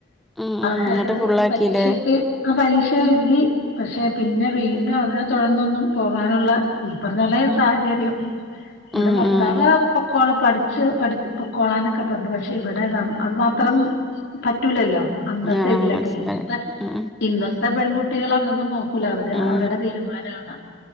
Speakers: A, in the centre; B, on the left (about 65°).
A: ഉം ഉം
B: അപ്പൊ
A: എന്നിട്ട്
B: അത്
A: ഫുള്ളാക്കില്ലേ
B: പരീക്ഷക്ക് ആഹ് പരീക്ഷ എഴുതി പക്ഷെ പിന്നെ വീണ്ടും
A: ഉം
B: അതിനെ തുടർന്നൊന്നും പോകാനുള്ള ഈ പറഞ്ഞല്ലേ സാഹചര്യം ഇവിടെ
A: ഉം
B: ഭർത്താവ്
A: ഉം
B: പൊക്കോള പഠിച്ച് പഠി പൊക്കോളാനൊക്കെ പറഞ്ഞു പക്ഷെ ഇവിടെ നം അത് മാ ത്രം പറ്റൂലല്ലോ അന്നത്തെ
A: ആഹ്
B: ഇതിലൊക്കെ.
A: മനസ്സിലായി
B: ഇന്നത്തെ
A: ഉം
B: ഇന്നത്തെ പെൺകുട്ടികള അതൊന്നന്ന് നോ കുല അവര്
A: ഉം
B: അവരുടെ തീരുമാനാണ്